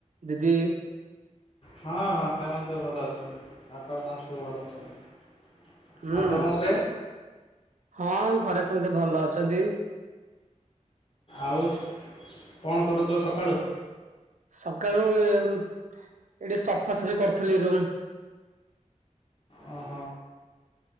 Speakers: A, on the right (about 70°); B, on the left (about 45°).
A: ଦିଦି?
B: ହଁ ହଁ ସେମାନେ ସବୁ ଭଲ ଅଛନ୍ତି ବାପା ମା ସବୁ ଭଲ ଅଛନ୍ତି।
A: ହୁଁ
B: ଆଉ ତମ ଘରେ?
A: ହଁ ଘରେ ସମସ୍ତେ ଭଲ ଅଛନ୍ତି।
B: ଆଉ କଣ କରରୁଛ ସଖାଳୁ?
A: ସକାଳୁ ଏଠି ସଫାସଫି କରୁଥିଲି ରୁମ୍।
B: ଓ।